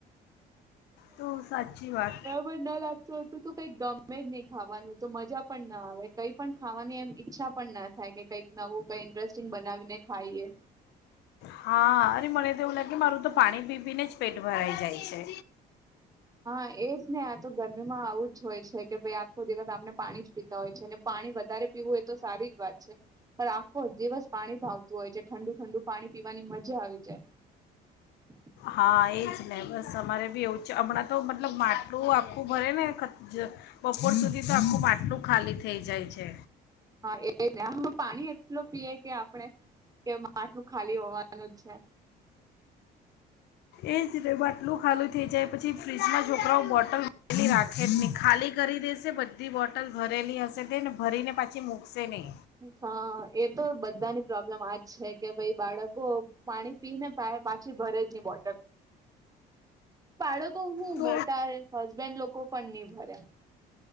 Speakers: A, on the left; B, on the right.
A: તો સાચી વાત
B: બર ન લાગતું હતું તો કઈ ગમે જ નહી ખાવાનું તો મજા પણ ના આવે કઈ પણ ખાવાની એમ ઈચ્છા પણ ના થાય કે કંઈક નવું કઈ ઇન્ટરેસ્ટિંગ બનાવીને ખાઈએ.
A: હા અરે મને એવું લાગે મારું તો પાણી પી પીને જ પેટ ભરાઈ જાય છે
B: હા એજ ને આ તો ગરમીમાં આવું જ હોય છે કે ભાઈ આખો દિવસ આપને પાણીજ પીતા હોય છે ને પાણી વધારે પીવું એ તો સારી જ વાત છે પણ આખો દિવસ પાણી ભાવતું હોય છે ઠંડુ-ઠંડુ પાણી પીવાની મજા આવે. જ
A: હા એજ ને બસ અમારે બી એવું જ હમણાં તો મતલબ માટલું આ આખું ભરે ને બપોર સુધી તો આખું માટલું ખાલી થઈ જાય છે.
B: હા એજ ને પાણી એટલું પીએ કે આપણે કે માટલું ખાલી હોવાનું જ છે.
A: એજ મટલું ખાલી થઇ જાય પછી ફ્રીજમાં છોકરાઓ બોટલ ભરેલી રાખે જ નહી ખાલી કરી દેશે બધી બોટલ ભરેલી હશે તેને ભરીને પાછી મૂકશે નહી.
B: હા એ તો બધાની પ્રોબ્લેમ આજ છે કે ભાઈ બાળકો પાણી પીને પાછી ભરે જ નહી બોટલ. બાળક તુહું
A: તો
B: મોટા હસબેન્ડ લોકો પણ નિ ભરે.